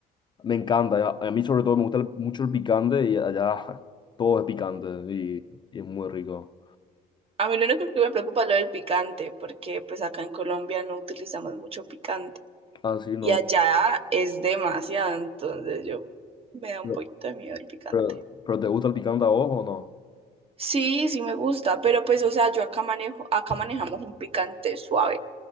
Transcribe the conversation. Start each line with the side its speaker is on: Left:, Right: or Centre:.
Left: Me encanta, a a mí sobre todo me gusta el- mucho el picante y allá <laughs> todo es picante y, y es muy rico.
Right: A mí lo único que me preocupa es lo del picante, porque pues acá en Colombia no utilizamos mucho picante
Left: Ah, sí, no.
Right: y allá es demasiado, entonces yo me da un
Left: Pero,
Right: poquito de miedo el picante.
Left: pero- pero ¿te gusta el picante a vos o no?
Right: Sí, sí me gusta, pero pues o sea, yo acá manejo, acá manejamos un picante suave,